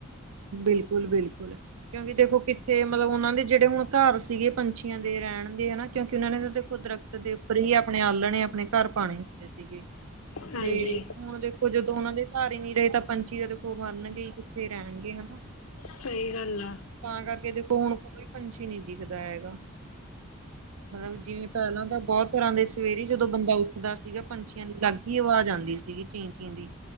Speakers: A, on the right (about 85°); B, on the left (about 80°).
A: ਬਿਲਕੁਲ ਬਿਲਕੁਲ ਕਿਉਂਕਿ ਦੇਖੋ ਕਿੱਥੇ ਮਤਲਬ ਉਹਨਾਂ ਦੇ ਜਿਹੜੇ ਹੁਣ ਘਰ ਸੀਗੇ ਪੰਛੀਆਂ ਦੇ ਰਹਿਣ ਦੇ ਹਨ ਨਾ ਕਿਉਂਕਿ ਉਹਨਾਂ ਨੇ ਤੇ ਦੇਖੋ ਦਰਖਤ ਦੇ ਉੱਪਰ ਹੀ ਆਪਣੇ ਆਲਣੇ ਆਪਣੇ ਘਰ ਪਾਉਣੇ ਹੁੰਦੇ ਸੀਗੇ
B: ਹਾਂਜੀ
A: ਤੇ ਹੁਣ ਦੇਖੋ ਜਦੋਂ ਉਹਨਾਂ ਦੇ ਘਰ ਹੀ ਨਹੀਂੀ ਰਹੇ ਤਾਂ ਪੰਛੀ ਉਹ ਦੇਖੋ ਮਰਨ ਗਈ ਕਿੱਥੇ ਹਨਾ
B: ਸਹੀ ਗੱਲ ਆ
A: ਤਾਂ ਕਰਕੇ ਦੇਖੋ ਹੁਣ ਕੋਈ ਪੰਛੀ ਨੀ ਦਿਖਦਾ ਹੈਗਾ ਮਤਲਬ ਜਿਵੇਂ ਪਹਿਲਾਂ ਤਾਂ ਬਹੁਤ ਤਰ੍ਹਾਂ ਦੇ ਸਵੇਰੇਹੀ ਜਦੋਂ ਬੰਦਾ ਉੱਠਦਾ ਸੀਗਾ ਪੰਛੀਆਂ ਦੀ ਅਲੱਗ ਹੀ ਆਵਾਜ਼ ਆਉਂਦੀ ਸੀਗੀ ਚੀਂ ਚੀਂ ਦੀ